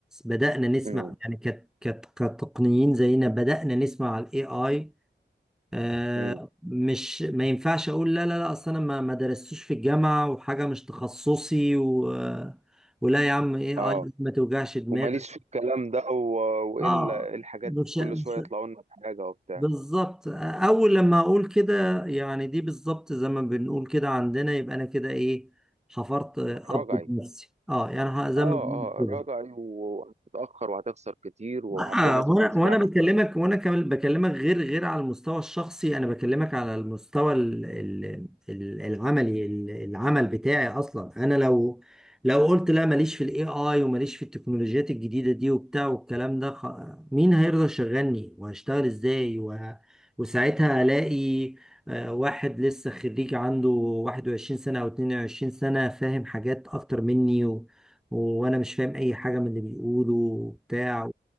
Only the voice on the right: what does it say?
امم
امم
اه
وماليش في الكلام ده و... والا
إيه الحاجات
دي كل
شويه يطلعوا لنا بحاجه وبتاع
راجعي
اه
اه
راجعي وهتتأخر وهتخسر كتير وهتلاقي
ناس بتسبقك
بالظبط